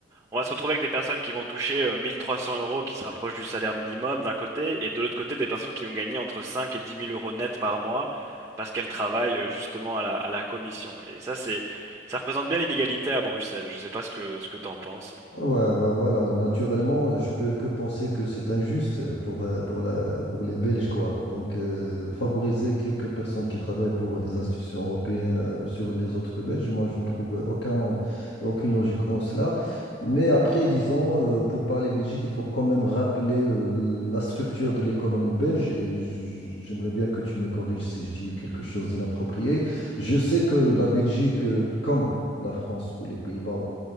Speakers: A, on the right (about 15°); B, on the left (about 60°).
A: on va se retrouver avec des personnes qui vont toucher euh, 1300 euros qui se rapprochent du salaire minimum d'un côté et de l'autre côté des personnes qui vont gagner entre 5 et 10 000 euros net par mois parce qu'elles travaillent euh, justement à la, à la commission. Et ça c'est ça représente bien l'inégalité à Bruxelles. Je sais pas ce que ce que t'en penses.
B: Ouais, ben voilà, naturellement, euh, je peux que penser que c'est injuste euh, pour, euh, pour la, pour les Belges, quoi. Donc, euh, favoriser quelques personnes qui travaillent pour des institutions européennes euh, sur les autres Belges, moi, je ne trouve aucun, aucune logique en cela. Mais après, disons, euh, pour parler Belgique, il faut quand même rappeler euh, la structure de l'économie belge. Et j- j'aimerais bien que tu me corriges si je dis quelque chose d'inapproprié. Je sais que la Belgique, euh, comme la France ou les Pays-Bas